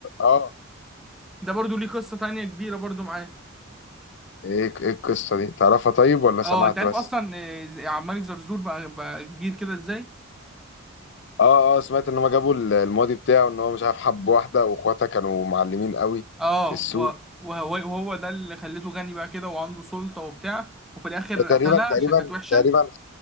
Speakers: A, on the left (about 55°); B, in the centre.
A: اه
B: ده برضو ليه قصة تانية كبيرة برضو معاه
A: ايه ايه القصه دي تعرفها طيب ولا
B: اه
A: سمعت
B: انت عارف
A: بس
B: اصلا آه، ز- عبد الملك زرزور بقى بقى كبير كده ازاي؟
A: اه اه سمعت ان هم جابوا ال- الماضي بتاعه ان هو مش عارف حب واحده واخواتها كانوا معلمين قوي
B: اه
A: في السوق
B: و- وهو وهو ده اللي خليته غني بقى كده وعنده سلطة وبتاع وفي الاخر
A: وتقريبا
B: قتلها
A: تقريبا
B: عشان كانت وحشة
A: تقريبا